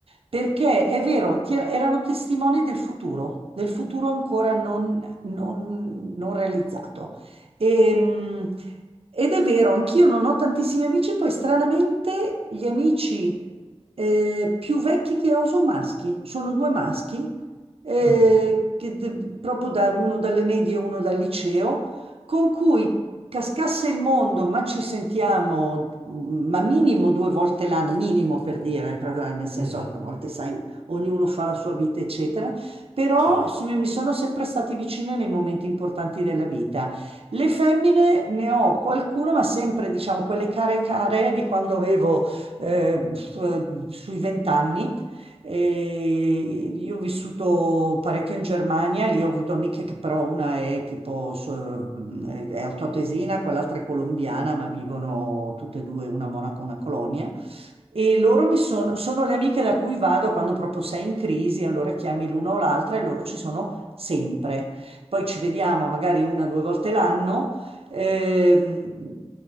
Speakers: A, on the right; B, on the left.
A: Perché è vero, ti er- erano testimoni del futuro, del futuro ancora non, non- non realizzato. E, mh, ed è vero, anch'io non ho tantissimi amici, poi stranamente gli amici eh, più vecchi che ho sono maschi, sono due maschi, eh,
B: mhm,
A: che de- proprio da uno dalle medie e uno dal liceo con cui cascasse il mondo, ma ci sentiamo, mm, ma minimo due volte l'anno, minimo per dire, per- nel senso
B: mhm.
A: a volte sai, ognuno fa la sua vita, eccetera, però
B: Certo.
A: s- mi sono sempre stati vicine nei momenti importanti della vita. Le femmine ne ho qualcuna, ma sempre, diciamo, quelle care care di quando avevo eh, f- eh, sui vent'anni e io ho vissuto parecchio in Germania e lì ho avuto amiche che però una è tipo so- è è altoatesina, quell'altra è colombiana, ma vivono tutte e due, una a Monaco e una a Colonia. E loro mi sono, sono le amiche da cui vado quando proprio sei in crisi, allora chiami l'una o l'altra e loro ci sono sempre. Poi ci vediamo magari una o due volte l'anno Ehm,